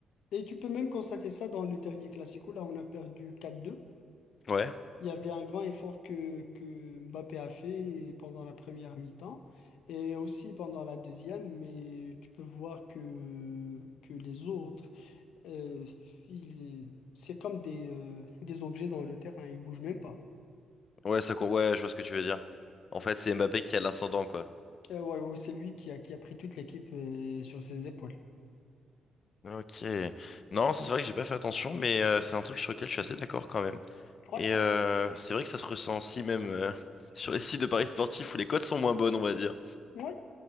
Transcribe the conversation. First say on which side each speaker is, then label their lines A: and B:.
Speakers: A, on the left (about 80°); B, on the left (about 40°).
A: Et tu peux même constater ça dans le dernier Classico. Là, on a perdu quatre deux.
B: Ouais,
A: Il y avait un grand effort que, que Mbappé a fait pendant la première mi-temps et aussi pendant la deuxième, mais tu peux voir que, que les autres, euh, ils- c'est comme des, euh, des objets dans le terrain, ils bougent même pas.
B: ouais, ça, co- ouais, je vois ce que tu veux dire. En fait c'est Mbappé qui a l'ascendant quoi.
A: Euh, ouais, ouais, c'est lui qui a, qui a pris toute l'équipe euh, sur ses épaules.
B: Ok. Non, c'est vrai que j'ai pas fait attention, mais euh, c'est un truc sur lequel je suis assez d'accord quand même.
A: Ouais,
B: Et
A: ouais,
B: euh, c'est vrai que ça se ressent aussi même euh, <laughs> sur les sites de paris sportifs où les cotes sont moins bonnes, on va dire.
A: ouais.